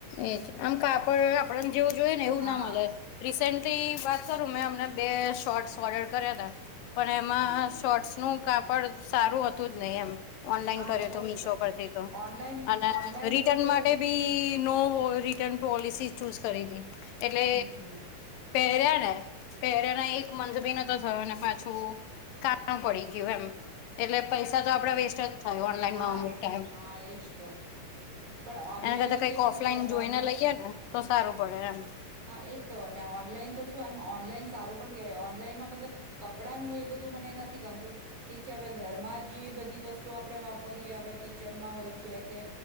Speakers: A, on the left; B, on the right.
A: એજ આમ કાપડ આપણને જેવું જોઈએ ને એવું
B: હા
A: ના મળે. રિસેન્ટલી વાત કરું મેં અમને બે શોર્ટ્સ ઓર્ડર કર્યા હતા પણ એમાં
B: હમ
A: શોટ. નું કાપડ સારું હતું જ નહી એમ. ઓનલાઈન
B: હા
A: કર્યો
B: એટલે
A: તો મિશો
B: જ
A: પરથી તો
B: ઓનલાઈન
A: અને
B: ઓનલાઈન
A: રિટર્ન
B: તો કેવું
A: માટે બી. નો રિટર્ન પોલિસી ચૂઝ કરી હતી એટલે.
B: હમ
A: પહેર્યા ને પહેર્યાને એક મંથબી ન તો થયો ને પાછું કાણા પડી ગયું એમ એટલે પૈસા તો આપડે વેસ્ટ જ થાય ઓનલાઈનમાં
B: હા
A: અમુક
B: એટલે
A: ટાઈમ
B: હા એજ તો પણ ઓનલાઈનમાં
A: એના કરતા કંઈક
B: કેવી
A: ઓફલાઈન
B: રીતે
A: જોઈને
B: ઓનલાઈન
A: લઈએ તો સારું પડે એમ
B: હા એ તો ને ઓનલાઈન તો શું એમ ઓનલાઈન સારું પણ કેહેવાય ઓનલાઈનમાં મતલબ કપડાનું એ બધું મને નથી ગમતું ઠીક છે હવે ઘરમાં જે બધી વસ્તુ આપડે વાપરીએ હવે કે કિચનમાં હોય છે કે